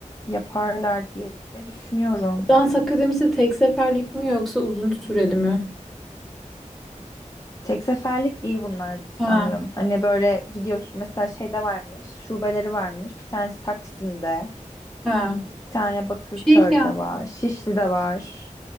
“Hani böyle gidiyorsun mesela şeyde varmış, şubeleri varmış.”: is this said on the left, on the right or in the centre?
Left